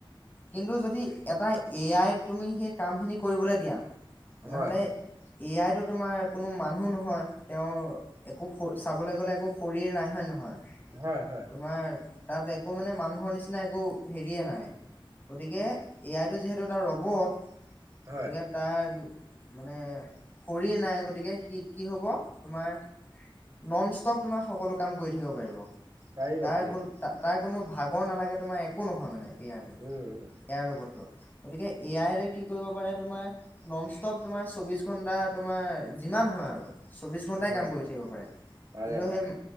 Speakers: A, on the left; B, on the right.
A: কিন্তু যদি এটা এ আইক তুমি সেই কামখিনি, কৰিবলৈ দিয়া। তেনেহ'লে,
B: হয়
A: এ আইটো তোমাৰ কোনো মানুহ নহয়। তেওঁৰ একো চাবলৈ গলে একো শৰীৰ নাই। হয় নহয়?
B: হয় হয়
A: তোমাৰ তাত একো মানে মানুহৰ নিচিনা একো হেৰিয়ে নাই, গতিকে এ আই টো যিহেতু এটা ৰবট,
B: হয়
A: গতিকে তাৰ মানে শৰীৰ নাই, গতিকে সি কি হব, তোমাৰ, নন ষ্টপ তোমাৰ সকলো কাম কৰি থাকিব পাৰিব।
B: পাৰিব
A: তাৰ
B: পাৰিব
A: কোন তাৰ, কোনো ভাগৰ নালাগে, তোমাৰ একো নহয় মানে এ আৰটো। এ
B: উম উম
A: আইৰ ৰবটটো। গতিকে এ আইৰে কি কৰিব পাৰে তোমাৰ ননষ্টপ তোমাৰ চৌবিশ ঘণ্টা তোমাৰ যিমান হয় আৰু চৌবিশ ঘন্টাই
B: হয়
A: কাম কৰি থাকিব পাৰে
B: পাৰে
A: কিন্তু
B: পাৰে
A: সেই